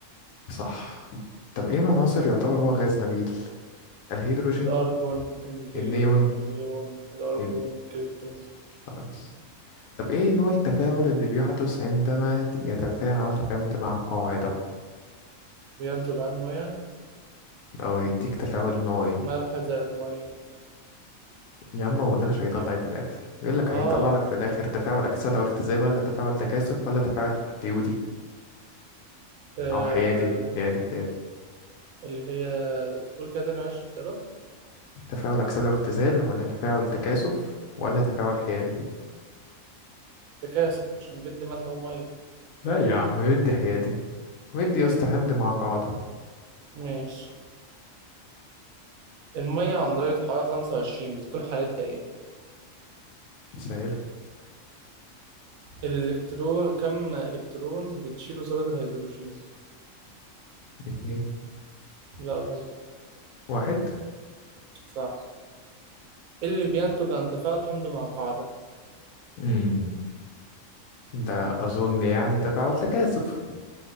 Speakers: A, on the left (about 85°); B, on the right (about 90°).
A: صح طب ايه العناصر يعتبر هو غاز نبيل الهيدروجين
B: الارجون الهيليوم
A: النيون
B: النيون الارجون
A: ال-
B: الكريبتون
A: خلاص طب ايه نوع التفاعل اللي بيحدث عندما يتفاعل حمض مع قاعدة
B: بينتج عنه يعني
A: او يديك تفاعل نوعي
B: ملح زائد ميه
A: يا عم ما بقولكش هيطلع ايه في الاخر يقول لك
B: اه,
A: هيطلع لك في الاخر تفاعل اكسده واختزال ولا تفاعل تكاثف ولا تفاعل حيودي
B: آه.
A: او حيادي حيادي حيادي
B: اللي هي قول كده تاني معلش اختيارات
A: تفاعل اكسده واختزال ولا تفاعل تكاثف ولا تفاعل حيادي
B: تكاثف عشان بدي ملح وميه
A: لا يا عم مدي حيادي مدي يا
B: هي
A: اسطى
B: دي
A: حمض مع قاعدة
B: ماشي المية عند درجة حرارة 25 بتكون حالتها إيه؟
A: سهل
B: الإلكترون كم إلكترون بتشيله ذرة الهيدروجين؟
A: اتنين
B: لا غلط
A: واحد
B: صح إيه اللي بينتج عن تفاعل حمض مع قاعدة؟
A: امم ده اظن يعني تبع والتكاثف